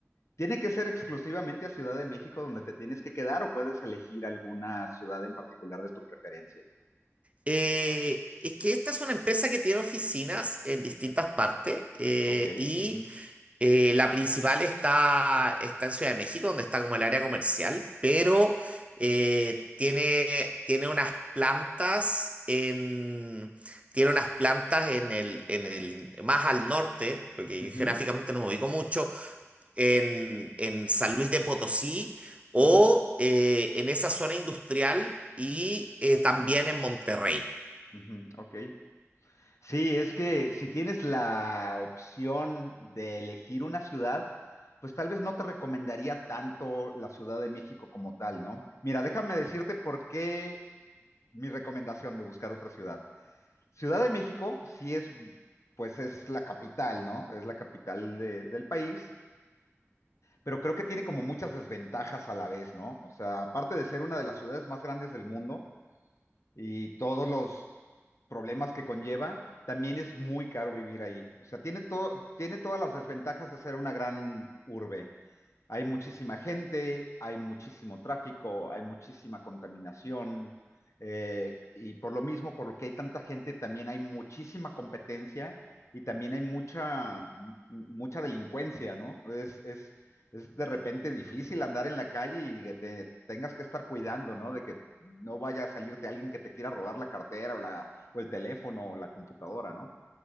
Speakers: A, on the left (about 70°); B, on the right (about 25°).
A: ¿Tiene que ser exclusivamente a Ciudad de México donde te tienes que quedar o puedes elegir alguna ciudad en particular de tu preferencia?
B: Eh, es que esta es una empresa que tiene oficinas en distintas partes eh,
A: Ok.
B: y
A: ujú,
B: eh, la principal está, está en Ciudad de México, donde está como el área comercial, pero eh, tiene, tiene unas plantas en... Tiene unas plantas en el, en el, más al norte, porque
A: ujú,
B: yo geográficamente no me ubico mucho, en, en San Luis de Potosí o
A: ujú,
B: eh, en esa zona industrial y eh, también en Monterrey.
A: ujú, Ok. Sí, es que si tienes la opción de elegir una ciudad, pues tal vez no te recomendaría tanto la Ciudad de México como tal, ¿no? Mira, déjame decirte por qué mi recomendación de buscar otra ciudad. Ciudad de México sí es, pues es la capital, ¿no? Es la capital de- del país, pero creo que tiene como muchas desventajas a la vez, ¿no? O sea, aparte de ser una de las ciudades más grandes del mundo, y todos los problemas que conlleva, también es muy caro vivir ahí. O sea, tiene todo, tiene todas las desventajas de ser una gran urbe. Hay muchísima gente, hay muchísimo tráfico, hay muchísima contaminación, eh, y por lo mismo, por lo que hay tanta gente, también hay muchísima competencia y también hay mucha, m- mucha delincuencia, ¿no? Es, es es de repente difícil andar en la calle y que te tengas que estar cuidando, ¿no? De que no vaya a salirte alguien que te quiera robar la cartera o, la, o el teléfono o la computadora, ¿no?